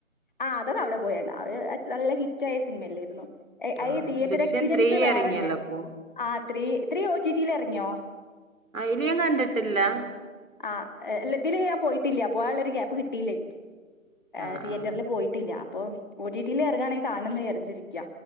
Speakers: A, on the left (about 35°); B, on the right (about 75°).
A: ആഹ് അതൊക്കെ അവടെ പോയാണ്ട അത് അറ്റ് നല്ല ഹിറ്റായ സിനിമല്ലേര്ന്നോ. ഏഹ്
B: ആഹ്
A: അയ് തിയേറ്റർ
B: ദൃശ്യം
A: എക്സ്പീരിയൻസ്
B: ത്രീ
A: വേറെന്നെ
B: എറങ്ങിയല്ലോ ഇപ്പൊ
A: ആഹ് three three O T T ലെർങ്ങ്യോ?
B: അയ്ല് ഞാൻ കണ്ട്ട്ട്ല്ല.
A: ആഹ് എഹ് ഇല്ല ഇതില് ഞാൻ പോയീട്ടില്ല പോവാള്ളൊര് ഗ്യാപ്പ് കിട്ടീല്ലൻക്ക് ഏഹ്
B: ആഹ്
A: തിയേറ്റർല്
B: ആഹ്
A: പോയി ട്ടില്ല അപ്പോ ഓ ടി ടി യി ലെർങ്ങാണെ കാണണംന്ന് വിചാര്ച്ചിരിക്ക